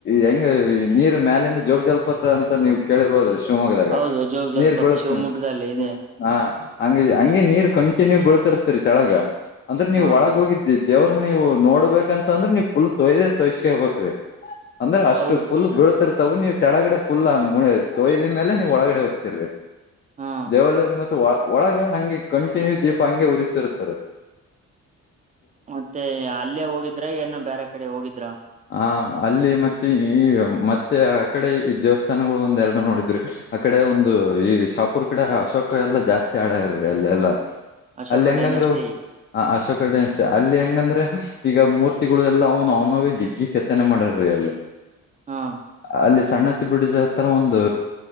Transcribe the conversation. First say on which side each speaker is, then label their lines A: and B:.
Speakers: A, on the left; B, on the right.
A: ಹೆಂಗ ಈ ನೀರು ಮ್ಯಾಲಿಂದ ಜೋಗ ಜಲ್ಪತ ಅಂತ ನೀವು ಕೇಳಿರ್ಬೋದ್ರ ಮಗಿದಾಗ
B: ಹೌದು ಜೋಗ ಜಲಪಾತ
A: ನೀರ್ ಬೀಳುತ್ತ
B: ಶಿವಮೊಗ್ಗದಲ್ಲಿ ಇದೆ
A: ಹಾ ಹಂಗ ಹಂಗೆ ನೀರ್ ಕಂಟಿನ್ಯೂ ಬೀಳ್ತಿರ್ತರಿ ತೆಳಗ ಅಂದ್ರೆ ನೀವು
B: ಹಾ
A: ಒಳಗ ಹೋಗಿದ್ದ ದೇವ್ರ ನೀವು ನೋಡ್ಬೇಕಂತ ಅಂದ್ರೆ ನೀವವು ಫುಲ್ ತೊಯ್ದ ತೋಯ್ಕ ಹಬಕ್ ಅಂದ್ರೆ ಅಷ್ಟ
B: ಹೌದು
A: ಫುಲ್ ಬೀಳತಿ ವು ನೀವು ಕೆಳಗಡೆ ಫುಲ್ ತೊಯ್ದ ಮೇಲೆ ನೀವು ಒಳಗಡೆ ಹೋಗ್ತಿರ್
B: ಹಾ
A: ದೇವಾಲಯ ಮೆ ಒಳಗ ಹಂಗೆ ಕಂಟಿನ್ಯೂ ದೀಪ ಹಂಗೆ ಉರಿಸಸ್ರ್ತಾರೆ
B: ಮತ್ತೆ ಅಲ್ಲೇ ಹೋಗಿದ್ರೆ ಏನ ಬೇರೆ ಕಡೆ ಹೋಗಿದ್ರ
A: ಹ ಅಲ್ಲಿ ಮತ್ತೆ ಈ ಮ ಮತ್ತೆ ಆ ಕಡೆ ಈ ದೇವಸ್ಥಾನಗಳು ಒಂದ ಎರಡ ನೋಡಿದ್ರೆ ಆ ಕಡೆ ಒಂದು ಈ ಶಾಪೂರ್ ಕಡೆ ಅಶೋಕ ಎಲ್ಲಾ ಜಾಸ್ತಿ ಆಡಾರೀ ಅಲ್ಲೆಲ್ಲಾ
B: ಅಶೋಕ
A: ಅಲ್ಲಿ ಹೆಂಗಂದ್ರು
B: ಡೈನಸ್ಟಿ
A: ಹ ಅಶೋ ಕಡೆ ಅಷ್ಟೆ ಅಲ್ಲಿ ಹೆಂಗಂದ್ರೆ ಈಗ ಮೂರ್ತಿಗಳು ಎಲ್ಲ ನ್ ನೋ ಜಿಗ್ಗಿ ಕೆತ್ತನೆ ಮಾಡರಿ ಅಲ್ಲಿ
B: ಹಾ
A: ಅಲ್ಲಿ ಸಣ್ಣತ್ತ ಬಿಡಿದ ಹತ್ರರ ಒಂದು